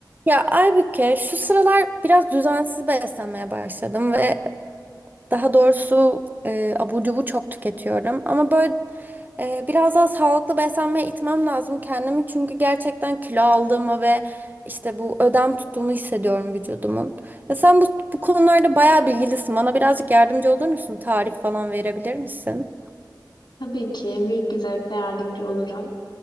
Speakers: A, on the right; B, on the left.
A: Ya Aybüke şu sıralar biraz düzensiz beslenmeye başladım ve daha doğrusu e, abur cubur çok tüketiyorum. Ama böyle e, biraz daha sağlıklı beslenmeye itmem lazım kendimi. Çünkü gerçekten kilo aldığımı ve işte bu ödem tuttuğumu hissediyorum vücudumun. Ya sen bu, bu konularda bayağı bilgilisin. Bana birazcık yardımcı olur musun? Tarif falan verebilir misin?
B: Tabii ki büyük bir zevkle yardımcı olurum.